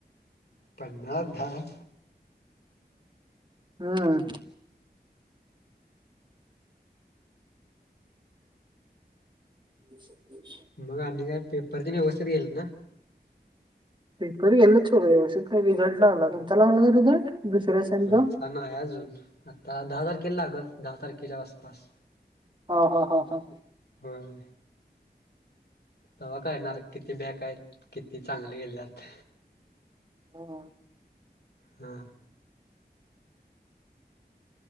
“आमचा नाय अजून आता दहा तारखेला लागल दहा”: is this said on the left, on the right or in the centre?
Left